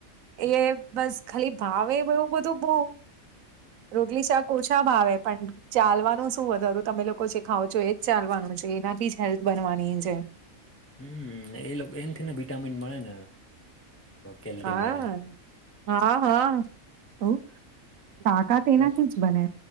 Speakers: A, on the left (about 20°); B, on the right (about 70°).
A: હ <inaudible>
B: એ બસ ખાલી ભાવે એવું બધું બો. રોટલી શાક ઓછામાં આવે પણ ચાલવાનું શું વધારું તમે લોકો જે ખાવ છો એજ ચાલવાનું છે એનાથી જ હેલ્થ બનવાની છે.
A: હમ એ એ થી ને વિટામીન મળે ને. કેલરી
B: હા
A: મળે
B: હા હા હ. તાકાત એનાથી
A: બાક-
B: જ બને.